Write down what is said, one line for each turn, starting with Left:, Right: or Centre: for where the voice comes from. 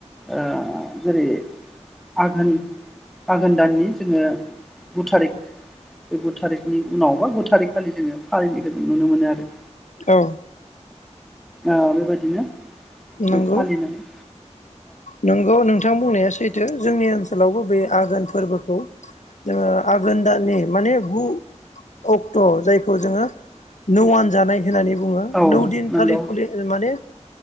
Centre: ओ जेरै आघोन आघोन दाननि जोङो गु थारिख बे गु थारिखनि उनावबा गु थारिख खालि जोङो फालिनायखौ जों नुनो मोनो आरो।
Left: औ।
Centre: ओ बेबायदिनो जों
Left: नंगौ
Centre: फालिनानै
Left: नंगौ नोंथां बुंनाया सैथो जोंनि ओनसोलावबो बे आघोन फोरबोखौ ओ जोङो आघोन दाननि माने गु अक्ट' जायखौ जोङो नौआन जानाय होननानै बुङो
Centre: औ
Left: नौ दिनखालि
Centre: नंगौ
Left: खलि माने